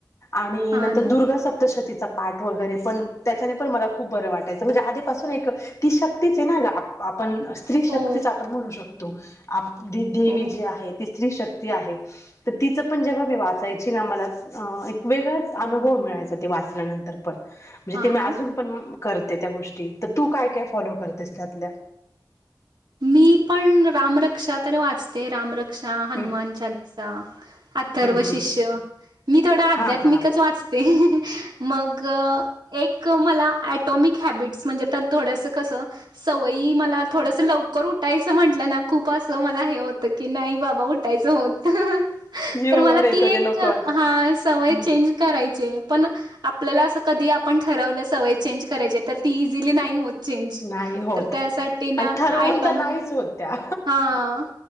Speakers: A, on the left; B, on the right.
A: आणि
B: हां
A: नंतर
B: ना
A: दुर्गा सप्तशती चा पाठ वगैरे पण त्याच्याने पण मला खूप बरं वाटायचं म्हणजे आधीपासून एक ती शक्तीच आहे ना ग आप आपण स्त्री शक्तीच
B: हो
A: आपण म्हणू शकतो, आप दी देवी
B: हो
A: जी आहे ती स्त्री शक्ती आहे. तर तिचं पण जेव्हा मी वाचायची ना मला अ एक वेगळाच अनुभव मिळायचा, ते वाचल्यानंतर पण. म्हणजे
B: हां
A: ते मी अजून
B: ना
A: पण करते त्या गोष्टी त तू काय, काय फॉलो करतेस त्यातल्या.
B: मी पण रामरक्षा तर वाचते, रामरक्षा, हनुमान
A: हम्म
B: चालीसा. अथर्व
A: हम्म
B: शिष्य.
A: हम्म
B: मी थोडं आध्यात्मिकच
A: हा हा
B: वाचते मग. एक मला ॲटॉमिक हॅबिट्स म्हणजे, त थोडंसं कसं सवयी मला. थोडसं लवकर उठायचं म्हटलं ना, खूप असं मला हे होतं की नाही बाबा उठायचं होत,
A: जीवावर
B: तर मला
A: येतं
B: ती
A: ते
B: एक
A: नको
B: हा
A: वाट
B: सवय
A: हम्म
B: चेंज करायची आहे पण. आपल्याला असं कधी आपण ठरवलं, सवय चेंज करायच्या तर ती इझिली नाही होतं. चेंज
A: नाही होत
B: तर त्यासाठी ना
A: आणि ठरवून
B: आटोमी
A: तर नाहीच होत त्या.
B: हा.